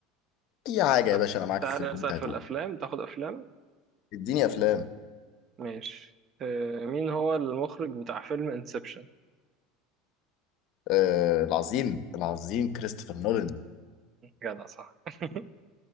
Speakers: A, on the left; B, on the right.
A: اي حاجة
B: لا.
A: يا باشا انا معاك
B: تعالى
A: في اللي
B: نسأل
A: انت هتقوله
B: في الأفلام تاخد أفلام
A: اديني افلام
B: ماشي آه، مين هو المخرج بتاع فيلم انسبشن؟
A: آه العظيم العظيم كريستوفر نولان
B: جدع صح <laughs>